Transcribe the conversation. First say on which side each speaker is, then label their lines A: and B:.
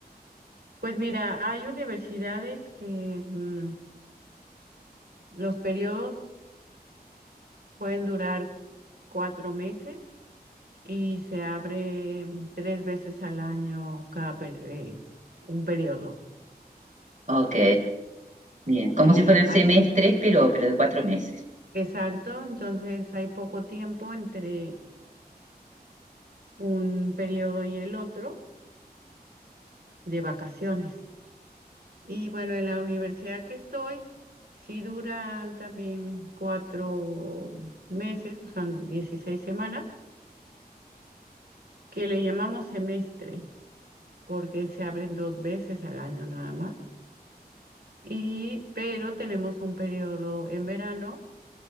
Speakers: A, on the right; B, on the right.
A: Pues mira, hay universidades que mm, los periodos pueden durar cuatro meses y se abre mm, tres veces al año cada per- eh, un periodo.
B: Ok, bien. Como
A: Y
B: si fueran
A: hay
B: semestres, pero, pero de cuatro meses.
A: Exacto, entonces hay poco tiempo entre un periodo y el otro de vacaciones. Y bueno, en la universidad que estoy, sí duran también cuatro meses, o sea, 16 semanas, que le llamamos semestre, porque se abren dos veces al año nada más. Y, pero tenemos un periodo en verano,